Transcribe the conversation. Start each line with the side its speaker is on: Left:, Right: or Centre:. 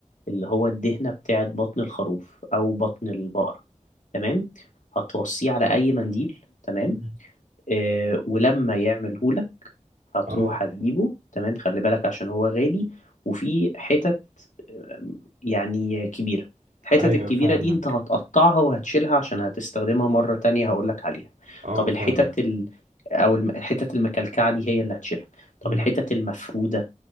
Left: اللي هو الدهنة بتاعت بطن الخروف أو بطن البقر تمام هتوصيه على أي منديل تمام
Right: مم.
Left: آه ولما يعملهولك هتروح
Right: اه
Left: هتجيبه تمام خلي بالك عشان هو غالي وفي حتت آه، يعني كبيرة الحتت
Right: ايوه
Left: الكبيرة
Right: فاهمك
Left: دي انت هتقطعها وهتشيلها عشان هتستخدمها مرة تانية هقولك عليها
Right: اه
Left: طب
Right: فاهمك
Left: الحتت ال... أو الم- الحتت المكلكعة دي هي اللي هتشيلها طب
Right: مم.
Left: الحتت المفرودة